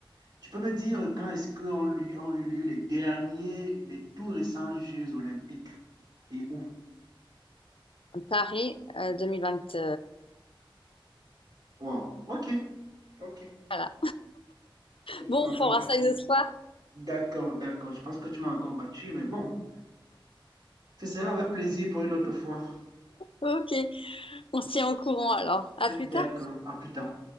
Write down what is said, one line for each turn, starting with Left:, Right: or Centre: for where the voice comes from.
Right: tu peux me dire quand est-ce qu'on lui, ont eu lieu les derniers, les tout récents Jeux olympiques et où?
Left: Paris euh, 2024.
Right: Wow. Ok, ok.
Left: Voilà. Bon,
Right: Tu m'as
Left: on
Right: encore
Left: fera
Right: battu.
Left: ça une autre fois.
Right: D'accord, d'accord. Je pense que tu m'as encore battu, mais bon, ce sera avec plaisir pour une autre fois.
Left: Ok, on se tient au courant alors. À
Right: D'accord,
Left: plus tard.
Right: à plus tard.